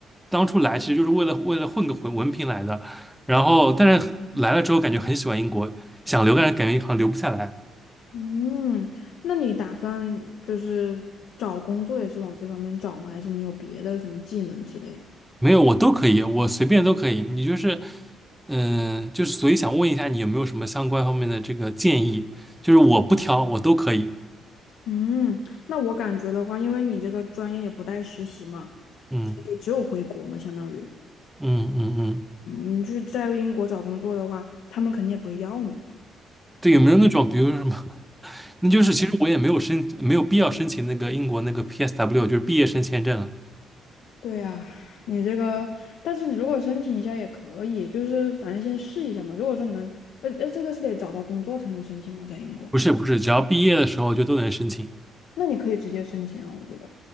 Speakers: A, in the centre; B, on the left.
A: 当初来其实就是为了为了混个文文凭来的，然后但是来了之后感觉很喜欢英国，想留但是感觉好像留不下来。
B: 嗯，那你打算就是找工作也是往这方面找吗？还是你有别的什么技能之类的？
A: 没有，我都可以，我随便都可以。你就是，嗯、就是所以想问一下，你有没有什么相关方面的这个建议？就是我不挑，我都可以。
B: 嗯，那我感觉的话，因为你这个专业也不带实习嘛，
A: 嗯
B: 所以就只有回国嘛，相当于。
A: 嗯嗯嗯，
B: 嗯，你去在英国找工作的话，他们肯定也不会要你。
A: 对，
B: 嗯，
A: 有没有那种，比如说什么？<laughs> 那就是其实我也没有申，没有必要申请那个英国那个 PSW，就是毕业生签证了。
B: 对呀，你这个，但是你如果申请一下也可以，就是反正先试一下嘛。如果说你能，呃呃，这个是得找到工作才能申请吗？在英国，
A: 不是不是，只要毕业的时候就都能申请，
B: 那你可以直接申请啊，我觉得